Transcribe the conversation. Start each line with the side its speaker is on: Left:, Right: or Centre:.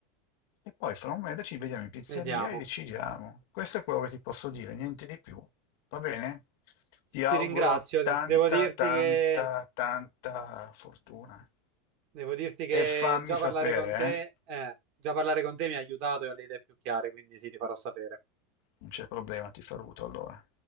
Left: E poi fra un mese ci vediamo in pizzeria
Right: Vediamo.
Left: e decidiamo. Questo è quello che ti posso dire, niente di più. Va bene? Ti
Right: Ti
Left: auguro
Right: ringrazio.
Left: tanta,
Right: Devo dirti
Left: tanta,
Right: che,
Left: tanta fortuna.
Right: devo dirti che
Left: E fammi
Right: già
Left: sapere,
Right: parlare con te,
Left: eh?
Right: eh, già parlare con te mi ha aiutato e ho le idee più chiare, quindi sì, ti farò sapere.
Left: Non c'è problema, ti saluto allora.